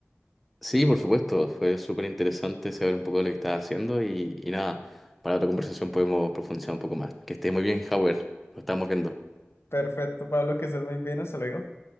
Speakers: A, in the centre; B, on the left.
A: Sí, por supuesto, fue súper interesante saber un poco de lo que estás haciendo y, y nada, para otra conversación podemos profundizar un poco más. Que esté muy bien, Howard, nos estamos viendo.
B: Perfecto, Pablo, que estés muy bien. Hasta luego.